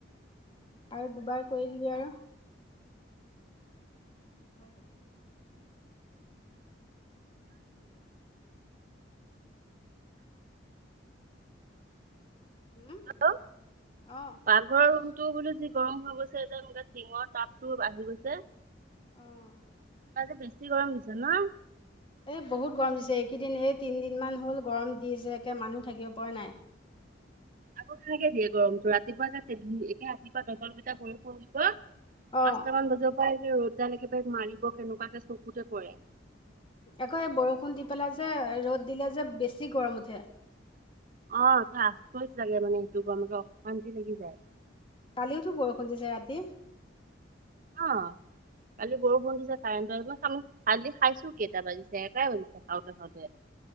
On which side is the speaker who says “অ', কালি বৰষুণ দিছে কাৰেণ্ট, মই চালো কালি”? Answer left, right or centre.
Right